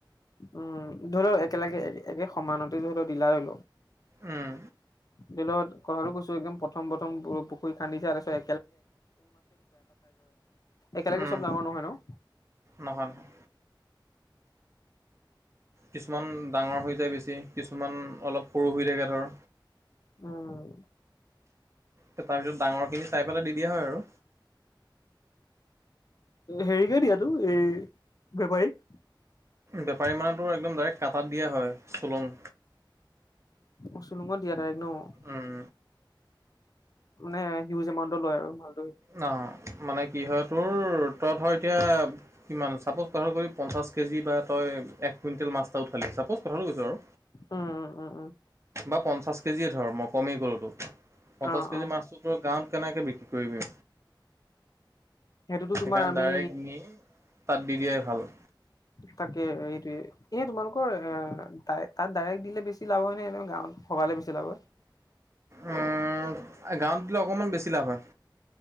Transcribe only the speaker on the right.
উম,
উম
নহয় নহয় কিছুমান ডাঙৰ হৈ যায় বেছি কিছুমান অলপ সৰু হৈ থাকে ধৰ
তাৰ পিছত ডাঙৰ খিনি চাই পেলাই দি দিয়া হয় আৰু।
বেপাৰী মানে তোৰ একদম ডাইৰেক্ট কাটাত দিয়া হয় চুলং
উম,
ন' মানে কি হয় তোৰ তই ধৰ এতিয়া কিমান চাপ'জ কথাটো কৰি পঞ্চাছ কেজি বা তই এক কুইণ্টেল মাছ এটা উঠালি ছাপ'জ কথাটো কৈছো আৰু
বা পঞ্চাছ কেজিয়ে ধৰ মই কমি ক'লোৱে তোক, পঞ্চাছ
কেজি
মাছতোৰ তই গাঁৱত কেনেকে বিক্ৰী কৰিবি?
সেইকাৰণে
ডাইৰেক্ট নি তাত দি দিয়াই ভাল।
উম, গাঁৱত দিলে অকনমান বেছি লাভ হয়।